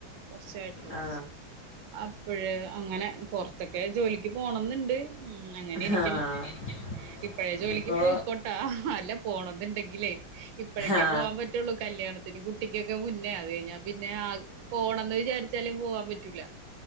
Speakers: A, on the right; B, on the left.
A: കൊറച്ചെയായിട്ടുള്ളൂ.
B: ആ
A: അപ്പഴ് അങ്ങനെ പൊറത്തൊക്കെ ജോലിക്ക് പോണംന്നുണ്ട് ഉം അങ്ങനെ ഇരിക്കണ്
B: ആ ആ
A: ഇപ്പോഴേ ജോലിക്ക്
B: ഇനിയിപ്പോ
A: പോയിക്കോട്ടാ അല്ല പോണെന്നുണ്ടെങ്കിലേ ഇപ്പോഴക്കെ
B: ആ
A: പോവാൻ പറ്റ പറ്റുള്ളൂ കല്യാണത്തിന് കുട്ടിക്കൊക്കെ മുന്നേ അത് കഴിഞ്ഞാൽ പിന്നെ ആ പോകണം എന്ന് വിചാരിച്ച ച്ചാലും പോവാൻ പറ്റൂല.